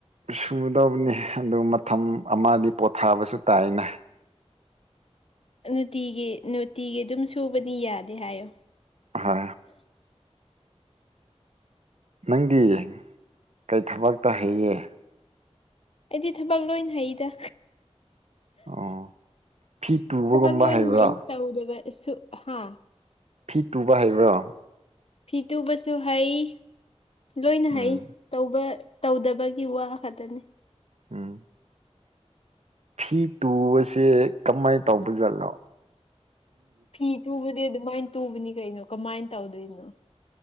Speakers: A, on the right; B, on the left.
A: ꯁꯨꯒꯗꯧꯕꯅꯤ ꯑꯗꯨ ꯃꯇꯝ ꯑꯃꯗꯤ ꯄꯣꯊꯥꯕꯁꯨ ꯇꯥꯏꯅ
B: ꯅꯨꯇꯤꯒꯤ ꯅꯨꯇꯤꯒꯤ ꯑꯗꯨꯝ ꯁꯨꯕꯗꯤ ꯌꯥꯗꯦ ꯍꯥꯏꯌꯣ
A: ꯍ ꯅꯪꯗꯤ ꯀꯩ ꯊꯕꯛꯇ ꯍꯩꯌꯦ
B: ꯑꯩꯗꯤ ꯊꯕꯛ ꯂꯣꯏ ꯍꯩꯗ
A: ꯑꯣ ꯐꯤ ꯇꯨꯕꯒꯨꯝꯕ
B: ꯊꯕꯛ ꯂꯣꯏ
A: ꯍꯩꯕ꯭ꯔꯣ
B: ꯍꯩ ꯇꯧꯗꯕꯁꯨ ꯍꯥ
A: ꯐꯤ ꯇꯨꯕ ꯍꯩꯕ꯭ꯔꯣ
B: ꯐꯤ ꯇꯨꯕꯁꯨ ꯍꯩ ꯂꯣꯏꯅ
A: ꯎꯝ
B: ꯍꯩ ꯇꯧꯕ ꯇꯧꯗꯕꯒꯤ ꯋꯥ ꯈꯛꯇꯅꯦ
A: ꯎꯝ ꯐꯤ ꯇꯨꯕꯁꯦ ꯀꯃꯥꯏ ꯇꯧꯕ ꯖꯠꯂꯣ
B: ꯐꯤ ꯇꯨꯕꯗꯤ ꯑꯗꯨꯃꯥꯏꯅ ꯇꯨꯕꯅꯤ ꯀꯩꯅꯣ ꯀꯃꯥꯏꯅ ꯇꯧꯗꯣꯏꯅꯣ